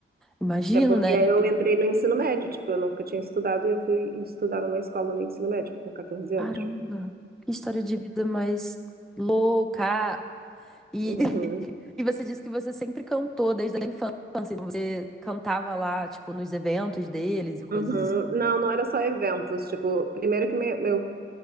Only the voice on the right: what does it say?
Até porque
aí
eu entrei no ensino médio, tipo, eu nunca tinha estudado e eu fui estudar numa escola no ensino médio com 14
anos. tipo.
Uhum,
uhum.
Não, não era só eventos. Tipo, primeiro que meu, meu